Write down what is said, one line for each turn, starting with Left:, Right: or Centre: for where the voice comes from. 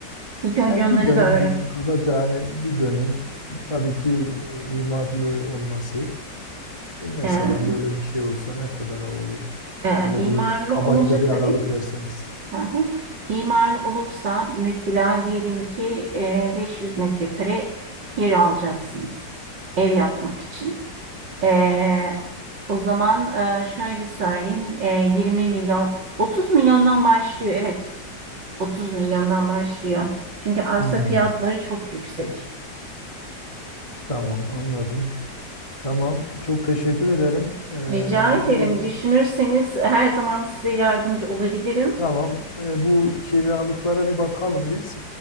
Right: İlk önce
Left: Yani
Right: onları
Left: bir dönüm
Right: da öğren.
Left: diyelim kabaca hani bir dönüm tabii ki e, imarlı olması. E, Mesela
Right: Ee,
Left: böyle bir şey olsa ne kadara olur?
Right: e,
Left: Böyle
Right: imarlı
Left: bir kabaca
Right: olunca
Left: bir
Right: tabii.
Left: aralık verseniz.
Right: Aha. İmarlı olursa mesela diyelim ki e, 500 metrekare yer alacaksınız ev yapmak için. Ee, o zaman e, şöyle söyleyeyim. E, 20 milyon, 30 milyondan başlıyor. Evet, 30 milyondan başlıyor. Çünkü arsa
Left: Hmm,
Right: fiyatları çok yüksek.
Left: tamam anladım. Tamam çok teşekkür ederim. Ee,
Right: Rica ederim.
Left: bu
Right: Düşünürseniz her zaman size yardımcı olabilirim.
Left: tamam e, bu kiralıklara bir bakalım biz.